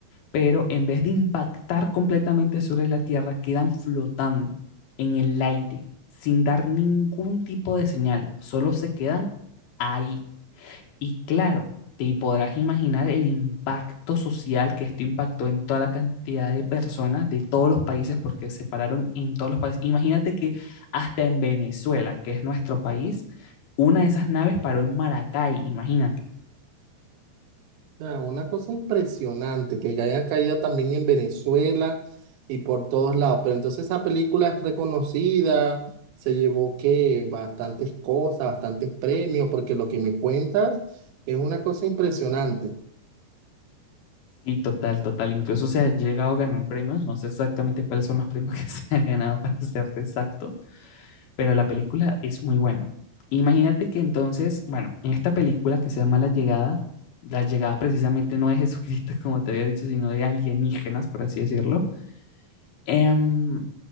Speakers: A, on the left (about 65°); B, on the right (about 85°).
A: pero en vez de impactar completamente sobre la Tierra, quedan flotando en el aire, sin dar ningún tipo de señal, solo se quedan ahí y claro, te podrás imaginar el impacto social que esto impactó en toda la cantidad de personas de todos los países, porque se pararon en todos los países. Imagínate que hasta en Venezuela, que es nuestro país, una de esas naves paró en Maracay, imagínate.
B: O sea, una cosa impresionante que hayan caído también en Venezuela y por todos lados. Pero entonces esa película es reconocida, se llevó que bastantes cosas, bastantes premios, porque lo que me cuentas es una cosa impresionante.
A: Sí, total, total. Incluso se ha llegado a ganar premios. No sé exactamente cuáles son los premios que <laughs> se han ganado, para serte exacto pero la película es muy buena. Imagínate que entonces, bueno, en esta película que se llama La Llegada, la llegada precisamente no de <laughs> Jesucristo, como te había dicho, sino de alienígenas, por así decirlo. Em,